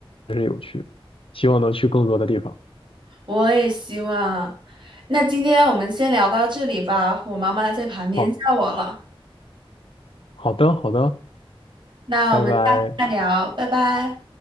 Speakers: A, on the left; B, on the right.
A: 真是有趣，希望能去更多的地方。
B: 我也希望。那今天我们先聊到这里吧，我妈妈在旁边叫我了。
A: 好，好的，好的，
B: 那我们下次再聊，
A: 拜拜。
B: 拜拜。